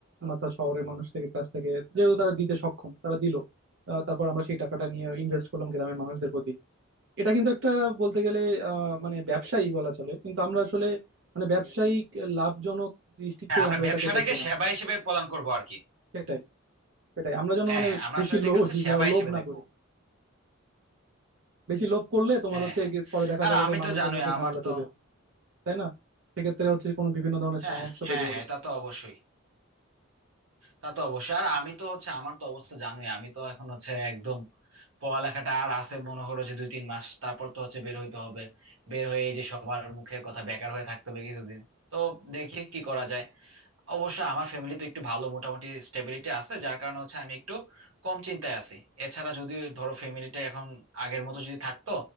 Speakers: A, on the right; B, on the right.
A: অর্থাৎ শহরের মানুষ থেকে কাছ থেকে যেহেতু তারা দিতে সক্ষম তারা দিল তারপর আমরা সেই টাকাটা নিয়ে ইনভেস্ট করলাম গ্রামের মানুষদের প্রতি এটা কিন্তু একটা বলতে গেলে আহ, মানে ব্যবসায়ী বলা চলে কিন্তু আমরা আসলে মানে ব্যবসায়িক লাভজনক দৃষ্টিতে
B: হ্যাঁ আমরা
A: আমরা
B: ব্যবসাটাকে
A: এটাকে দেখবো না
B: সেবা হিসেবে প্রদান করব আর কি
A: সেটাই সেটাই আমরা যেন
B: হ্যাঁ
A: মানে
B: হ্যাঁ আমরা
A: বেশি
B: আসলে এটাকে
A: লোভ
B: হচ্ছে সেবা হিসেবে
A: লোভ না
B: দেখবো
A: করি বেশি লোভ করলে তোমার
B: হ্যাঁ
A: হচ্ছে
B: হ্যাঁ
A: গিয়ে পরে দেখা
B: আর
A: যাবে
B: আমি
A: যে মানুষদের
B: তো জানোই
A: মধ্যে
B: আমার
A: ঝামেলা তৈরি
B: তো
A: হবে তাই না সেক্ষেত্রে হচ্ছে কোনো বিভিন্ন ধরনের
B: হ্যাঁ
A: সমস্যা
B: হ্যাঁ
A: তৈরি হবে
B: হ্যাঁ তা তো অবশ্যই তা তো অবশ্যই আর আমি তো হচ্ছে আমার তো অবস্থা জানোই আমি তো এখন হচ্ছে একদম পড়ালেখাটা আর আছে মনে করো যে দুই তিন মাস তারপর তো হচ্ছে বের হইতে হবে বের হয়ে এই যে সবার মুখের কথা বেকার হয়ে থাকতে হবে কিছুদিন তো দেখি কি করা যায় অবশ্য আমার ফ্যামিলি তো একটু ভালো মোটামুটি স্টেবিলিটি আছে যার কারণে হচ্ছে আমি একটু কম চিন্তায় আছি এছাড়া যদি ধরো ফ্যামিলিটা এখন আগের মতো যদি থাকতো